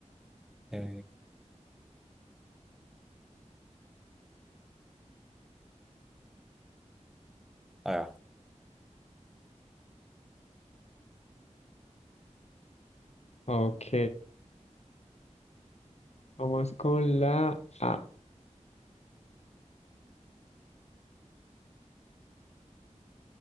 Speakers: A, in the centre; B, on the left (about 60°).
A: Eh, ahí va.
B: Ok, vamos con la A.